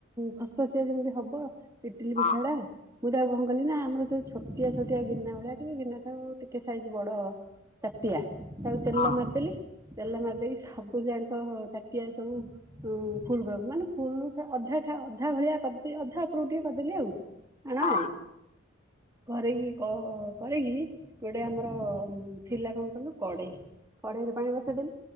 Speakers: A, on the right; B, on the left.
A: ଖସ ଖସଆ ଯେମିତି ହବ ଇଟିଲି
B: ହଁ
A: ପିଠା ଟା ମୁଁ ତା ତାକୁ କଣ କଲି ନା ଆମର ଯଉ ଛୋଟିଆ ସ ଗିନା ଭଳିଆ କି ଠଉ ଟିକେ ଗିନା କୁ ଟିକେ ସାଇଜ଼ ବଡ ତାଟିଆ ତାକୁ ତେଲ
B: ହଁ
A: ମାରିଦେଲି ତେଲ ମାରିଦେଇକି ସବୁ ଯାଙ୍କ ତାଟିଆ ସବୁ ହୁଁ ଫୁଲ୍ କର ମାନେ ଫୁଲ ଅଧା ଠା ଅଧା ଭଳିଆ କରିଦେ ଅଧା ଉପରକୁ ଟିକେ କରିଦେଲି ଆଉ ଆଣ
B: ହଁ।
A: ଆଉ କରି କି? କ କରିକି ଗୋଟେ ଆମର ଥିଲା କଣ କହିଲୁ କଡେଇ କଡ଼େଇରେ ପାଣି ବସେଇଦେଲି